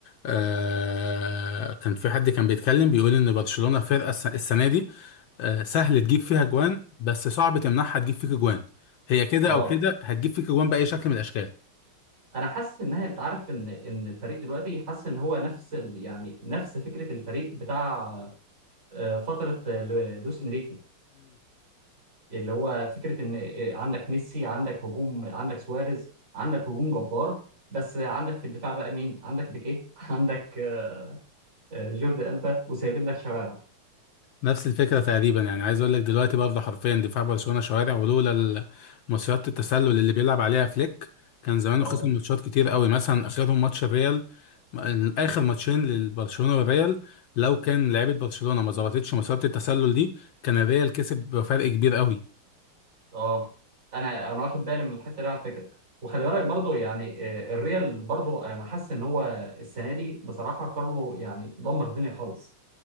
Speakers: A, on the left; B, on the right.
A: آه كان في حد كان بيتكلم بيقول ان برشلونه فرقه الس- السنه دي آه سهل تجيب فيها جوان بس صعب تمنعها تجيب فيك جوان هي كده
B: اه
A: او كده هتجيب فيك جوان باي شكل من الاشكال
B: انا حاسس انها انت عارف ان ان الفريق دلوقتي حاسس ان هو نفس ال... يعني نفس فكره الفريق بتاع آه، فتره آه، لويس انريكي اللي هو فكره ان آه، عندك ميسي عندك هجوم عندك سواريز عندك هجوم جبار بس عندك في الدفاع بقى مين عندك بيكيه <laughs> عندك آه، آه، جوردي ألبا وسايبين لك شوارع
A: نفس الفكرة تقريبا يعني عايز اقول لك دلوقتي برضه حرفيا دفاع برشلونة شوارع ولولا ال- مصيدة التسلل اللي بيلعب عليها فليك كان زمانه
B: اه
A: خسر ماتشات كتير قوي مثلا اخرهم ماتش الريال م- اخر ماتشين للبرشلونة والريال لو كان لعيبة برشلونة ما ظبطتش مصيدة التسلل دي كان الريال كسب بفرق كبير قوي
B: اه انا انا واخد بالي من الحته دي على فكره وخلي بالك برضو يعني آه، الريال برضو انا حاسس ان هو السنه دي بصراحه كارلو يعني دمر الدنيا خالص